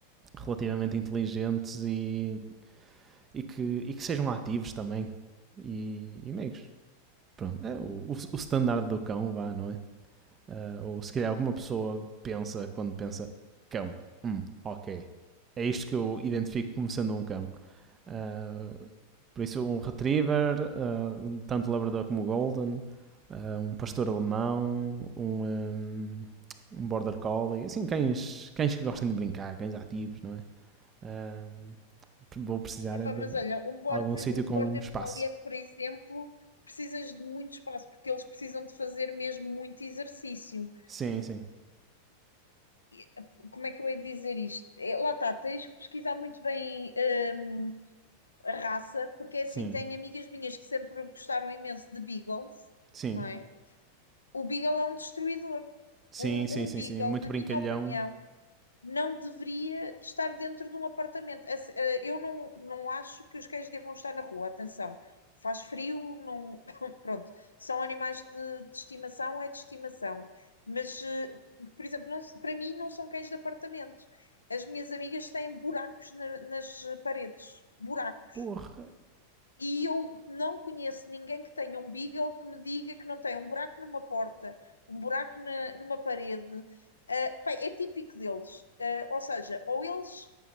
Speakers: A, on the right (about 25°); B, on the left (about 75°).
A: relativamente inteligentes e, e, que, e que sejam ativos também e, e meigos. Pronto, é o, o, o standard do cão, vá, não é? Ah, ou se calhar alguma pessoa pensa quando pensa cão. Hum, ok. É isto que eu identifico como sendo um cão. Ah, por isso, um retriever, ah, tanto o labrador como o golden, ah, um pastor alemão, um, ahm, um border collie, assim, cães, cães que gostem de brincar, cães ativos, não é? Ahm, vou precisar
B: Epá,
A: é de
B: mas olha, um border,
A: algum sítio
B: um
A: com
B: border
A: espaço.
B: collier, por exemplo, precisas de muito espaço, porque eles precisam de fazer mesmo muito exercício.
A: Sim, sim,
B: E, eh, como é que eu hei de dizer isto? É, lá está, tens que pesquisar muito bem hum, a raça, porque é assim,
A: sim,
B: tenho amigas minhas que sempre gostaram imenso de beagles,
A: sim,
B: não é? O beagle é um destruidor.
A: sim,
B: Um,
A: sim,
B: um
A: sim,
B: beagle,
A: sim, muito
B: na
A: brincalhão.
B: minha opinião, não deveria estar dentro de um apartamento. Esse- eh, Eu não, não acho que os cães devam estar na rua, atenção. Faz frio, não. <coughs> Pronto, são animais de, de estimação, é de estimação. Mas, eh, por exemplo, não se- para mim não são cães de apartamento. As minhas amigas têm buracos na- nas paredes, buracos
A: Porra,
B: e eu não conheço ninguém que tenha um Beagle que me diga que não tem um buraco numa porta, um buraco na- numa parede. Ah, pá, é típico deles. Ah, ou seja, ou eles